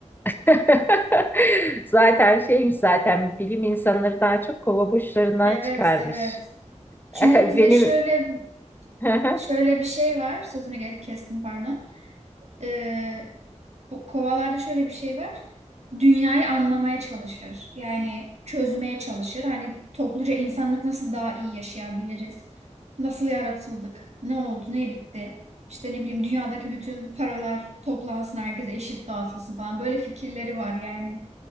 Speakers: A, on the left; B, on the right.
A: <laughs> Zaten şeymiş zaten bilim insanları daha çok kova burçlarından
B: Evet,
A: çıkarmış.
B: evet. Çünkü
A: <laughs> Benim
B: bizde şöyle
A: <laughs>
B: şöyle bir şey var. Sözünü ge- kestim pardon. Ee, bu kovalarda şöyle bir şey var. Dünyayı anlamaya çalışır. Yani çözmeye çalışır. Hani topluca insanlık nasıl daha iyi yaşayabiliriz? Nasıl yaratıldık? Ne oldu? Ne bitti? İşte ne bileyim dünyadaki bütün paralar toplansın, herkese eşit dağıtılsın falan. Böyle fikirleri var yani